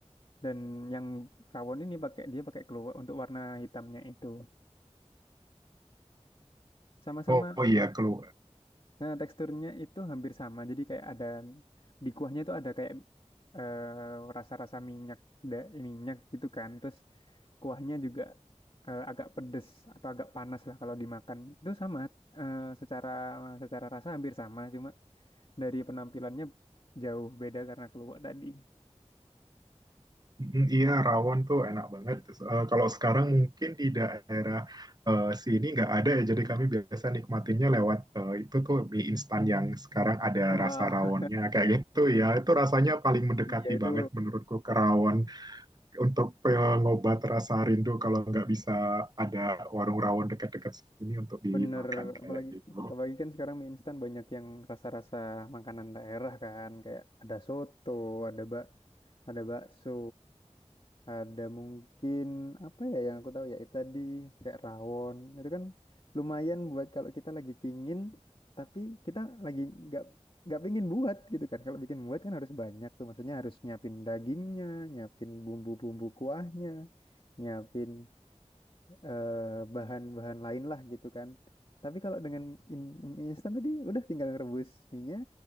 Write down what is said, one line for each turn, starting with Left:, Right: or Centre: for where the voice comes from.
Left: dan yang rawon ini pakai dia pakai keluak untuk warna hitamnya itu. Sama-sama
Right: oh, oh iya, kelu
Left: Nah, teksturnya itu hampir sama. Jadi kayak ada di kuahnya itu ada kayak eh, rasa-rasa minyak, da, eh, minyak gitu kan. Terus kuahnya juga eh, agak pedes atau agak panas lah kalau dimakan. Itu sama eh, secara secara rasa hampir sama, cuma dari penampilannya jauh beda karena keluak tadi.
Right: Mm, Iya, rawon tuh enak banget. Eh, kalau sekarang mungkin di daerah eh, sini nggak ada ya, jadi kami biasa nikmatinya lewat eh, itu tuh mie instan yang sekarang ada
Left: Ah,
Right: rasa rawonnya kayak gitu ya. Itu rasanya paling mendekati
Left: <laughs> iya itu
Right: banget menurutku ke rawon untuk pengobat rasa rindu kalau nggak bisa ada warung rawon dekat-dekat sini untuk dimakan
Left: Bener,
Right: kayak
Left: apalagi
Right: gitu.
Left: apalagi kan sekarang mie instan banyak yang rasa-rasa makanan daerah kan, kayak ada soto, ada bak, ada bakso, ada mungkin apa ya yang aku tahu ya itu tadi kayak rawon. Itu kan lumayan buat kalau kita lagi pingin tapi kita lagi nggak nggak pingin buat gitu kan. Kalau bikin buat kan harus banyak tuh, maksudnya harus nyiapin dagingnya, nyiapin bumbu-bumbu kuahnya, nyiapin eh, bahan-bahan lain lah gitu kan. Tapi kalau dengan in- mie instan tadi udah tinggal ngerebus minyak,